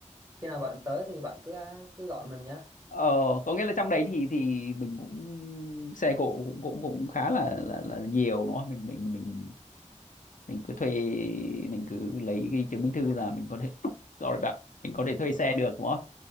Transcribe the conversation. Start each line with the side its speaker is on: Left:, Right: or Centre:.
Right: khi nào bạn tới thì bạn cứ cứ gọi mình nhá
Left: ờ có nghĩa là trong đấy thì thì mình cũng xe cộ cũng cũng cũng khá là là là nhiều đúng không mình mình mình mình cứ thuê mình cứ lấy cái chứng minh thư là mình có thể <laughs> <coughs> sorry bạn mình có thể thuê xe
Right: đúng rồi
Left: được đúng không